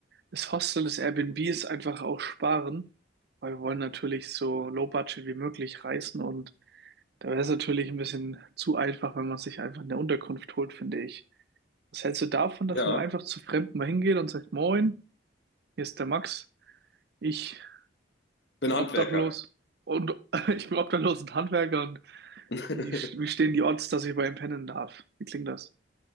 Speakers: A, on the right; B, on the left.
A: das Hostel, das Airbnb ist einfach auch sparen, weil wir wollen natürlich so low budget wie möglich reisen und da wäre es natürlich ein bisschen zu einfach, wenn man sich einfach eine Unterkunft holt, finde ich. Was hältst du davon, dass
B: Ja,
A: man einfach zu Fremden mal hingeht und sagt, Moin, hier ist der Max? Ich
B: bin
A: bin
B: Handwerker.
A: obdachlos und <laughs> ich bin obdachlos und Handwerker und
B: <laughs>
A: wie, wie stehen die Odds, dass ich bei ihm pennen darf? Wie klingt das?